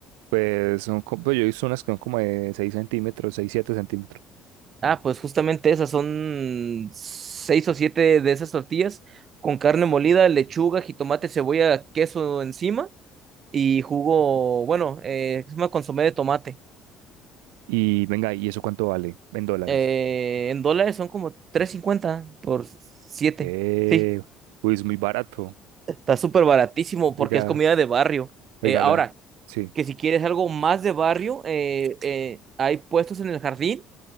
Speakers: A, on the right; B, on the right.
A: Pues son, co- pues yo he visto unas que son como de seis centímetros, seis siete centímetros.
B: Ah, pues justamente esas son seis o siete de esas tortillas con carne molida, lechuga, jitomate, cebolla, queso encima y jugo, bueno, eh, es una consomé de tomate.
A: Y venga, ¿y eso cuánto vale? En dólares.
B: Eh, en dólares son como tres cincuenta por siete.
A: Eh,
B: Sí,
A: uy, es muy barato.
B: está súper baratísimo porque
A: Oiga,
B: es comida de barrio.
A: oiga,
B: Eh, ahora,
A: habla. Sí,
B: que si quieres algo más de barrio, eh, eh, hay puestos en el jardín